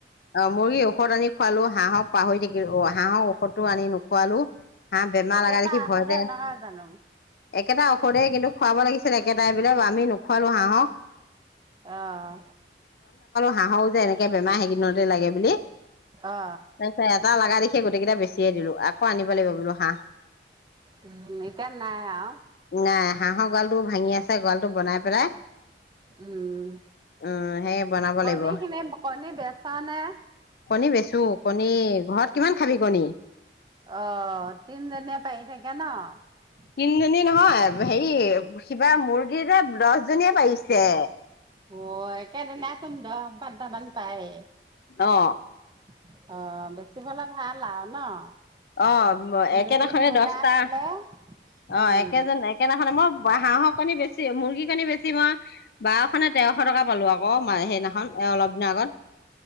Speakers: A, on the left; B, on the right.
A: অ মুৰ্গী ঔষধ আনি খোৱালো হাঁহক পাহৰি থাকিলো। অ হাঁহৰ ঔষধটো আনি নোখোৱালো। হাঁহ বেমাৰ
B: একেটা
A: লগা দেখি
B: ঔষধে
A: ভয়তে
B: নহয় জানো
A: একেটা ঔষধে কিন্তু খুৱাব লাগিছিল। ছিল একেটাইবিলাক আমি নোখোৱালো হাঁহক।
B: আহ।
A: হা হ যে এনেক। তে লাগে বুলি,
B: অ
A: তাৰপিছত এটা লগা দেখি গোটেই কেইটা বেছি। চৰিলো। আনিব লাগিব বোলো হাঁহ,
B: উম এতিয়া নাই আও
A: নাই হাঁহৰ গ। ভাঙি আছে গৰাল টো বনাই পেলাই।
B: উম
A: উম সেই বনাব
B: কণী
A: লাগিব
B: খিনি কণী বস। চান। <unintelligible>
A: কণী বেচো কণী ঘৰত কিমান খাবি কণী।
B: অ তিনজনীয়ে পাৰি থাকে ন। <unintelligible>
A: তিনিজনী নহয় হেৰি, কিবা মুৰ্গী যে দহজনীয়ে পাৰিছে।
B: অ একেদিনা। <unintelligible> কধ বানদামান পায়।
A: অ
B: <unintelligible> অ বেছি পালে ভাল আৰু ন। <unintelligible>
A: অ একেদিনাখনে
B: দুদিন গোটাই
A: দহটা,
B: থলে
A: অ
B: উম
A: একেজন একেদিখনে মই হাঁহৰ কণী বেছি মুৰ্গী। কি কনি বেছি মই বাৰশ নে তেৰশ টকা পালো আকৌ সেইদিনাখন এ অলপ দিনৰ আগত। <unintelligible>